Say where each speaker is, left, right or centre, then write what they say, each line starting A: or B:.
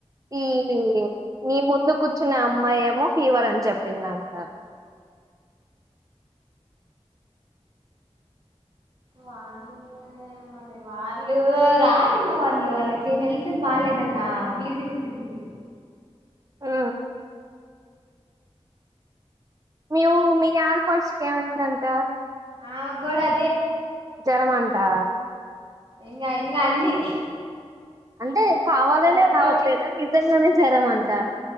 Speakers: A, on the right; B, on the right.
A: ఈ నీ ముందు కూర్చున్నా అమ్మాయి ఏమో ఫీవర్ అని చెప్పింది అంట
B: వాళ్ళు మళ వాళ్ళు రారు ఇంగ వాళ్ళు వాళ్ళకి హెల్త్ లు బాలేదంట పీజీ ఫుడ్డు తిని
A: ఆ మీవు మీ ఆడపడుచు కేమైందంట
B: నాగ్గూడ అదే
A: జరమంటా
B: ఇంగ ఇంగ అన్ని
A: అంటే కావాలనే
B: కడుపు
A: రావట్లేద నిజంగానే జ్వరం మని దా